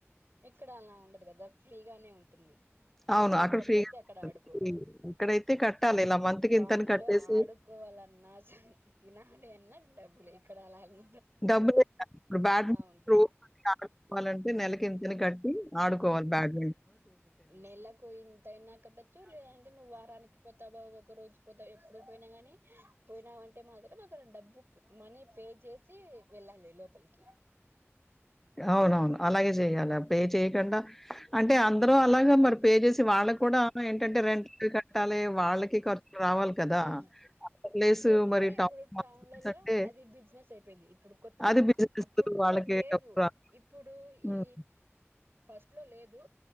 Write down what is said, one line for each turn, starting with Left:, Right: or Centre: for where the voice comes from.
Right: ఇక్కడ అలా ఉండదు కదా ఫ్రీగానే ఉంటుంది
Centre: అవును.
Right: మనం
Centre: అక్కడ
Right: ఎక్కడ
Centre: ఫ్రీగానే
Right: పడితే అక్కడ
Centre: ఉంటది.
Right: ఆడుకోవచ్చు
Centre: ఇక్కడైతే కట్టాలి. ఇలా మంత్‌కి
Right: టౌన్
Centre: ఇంతని కట్టేసి
Right: లో ఆడుకోవాలన్నా తినాలి అన్నా డబ్బులె ఇక్కడ అలానె
Centre: డబ్బులు ఇప్పుడు బ్యాగ్
Right: ఉంటుంది
Centre: ఆడుకోవాలంటే నెలకి ఎ దాన్ని కట్టి ఆడుకోవాలి బ్యాడ్
Right: నేలకు ఇంతైనా కట్టొచ్చు లేదంటే నువ్వు వారానికి పో ఒక రోజు పోతా ఎప్పుడు పోయినా గాని పోయినామంటే మాత్రం ఒక డబ్బు మనీ పే చేసి వెళ్ళాలి లోపలికి
Centre: అవునవును అలాగే చేయాల్ పే చేయకుండా అంటే అందరు అలాగా మరి పే చేసి వాళ్ళ కూడా ఏంటంటే రెంట్ ట్టాల వాళ్ళకి ఖర్చు రావాలి కదా
Right: ఉమ్
Centre: అద ప్లేస్
Right: ఏమంటే
Centre: మరి
Right: ఇప్పుడు
Centre: టౌన్
Right: టౌన్లలో
Centre: అంటే
Right: అది బిజినెస్ అయిపోయింది ఇప్పుడు కొత్త
Centre: అది బిజినెస్
Right: అప్పట్లో
Centre: వాళ్ళకి
Right: లేదు
Centre: రా
Right: ఇప్పుడు
Centre: హ్మ్.
Right: ఈ ఫస్ట్ లో లేదు